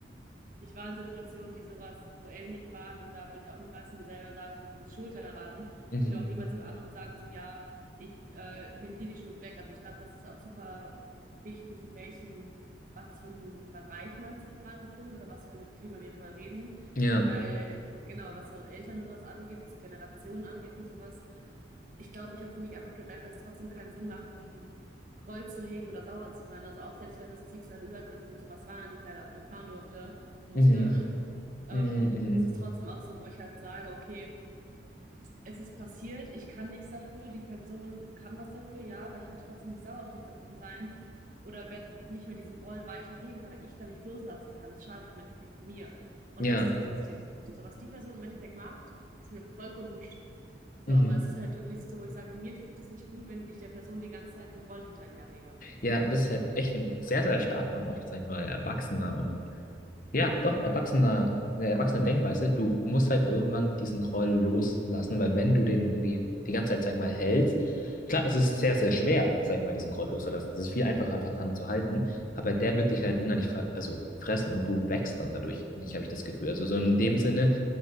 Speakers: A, on the right; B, on the left.
A: ich war in Situationen, die sowas so ähnlich waren und da würde ich auch niemals mir selber sagen, so du bist schuld daran.
B: Mhm.
A: Ich würde auch niemals dem anderen sagen, so ja, ich äh, nehme dir die Schuld weg. Also ich glaube, das ist auch super wichtig, in welchem, was für einem Bereich man sich gerade befindet oder was für ein Thema wir darüber reden.
B: Ja.
A: Weil genau, was so Eltern und sowas angeht, was so Generationen angeht und sowas, ich glaube, ich habe für mich einfach gemerkt, dass es trotzdem keinen Sinn macht, einen Groll zu hegen oder sauer zu sein. Also auch selbst wenn das so sexuelle Übergriffe und sowas waren, die ich leider auch erfahren durfte, musste.
B: Mhm.
A: Ähm,
B: Mhm.
A: ist
B: Mhm.
A: es trotzdem auch so, wo ich halt sage, okay, es ist passiert, ich kann nichts dafür, die Person kann was dafür, ja, aber ich werde trotzdem nicht sauer auf die Person sein oder werde nicht mehr diesen Roll weiterhegen, weil ich da nicht loslassen kann. Es schadet im Endeffekt mir. Und
B: Ja.
A: das ist das, was ich nicht möchte. So was die Person im Endeffekt macht, ist mir vollkommen wurscht. So,
B: Mhm.
A: aber es ist halt wirklich so, wo ich sage, mir tut es nicht gut, wenn ich der Person die ganze Zeit einen Groll hinterherhege. Ja.
B: Ja, das ist halt echt ein sehr, sehr starker und auch, sag ich mal, erwachsener und Ja, doch, erwachsener, eine erwachsene Denkweise. Du musst halt irgendwann diesen Groll loslassen, weil wenn du den irgendwie die ganze Zeit, sag ich mal, hältst, klar, es ist sehr, sehr schwer, sag ich mal, diesen Groll loszulassen. Es ist viel einfacher, einfach dran zu halten, aber der wird dich halt innerlich ver also fressen und du wächst dann dadurch nicht, habe ich das Gefühl. Also so in dem Sinne,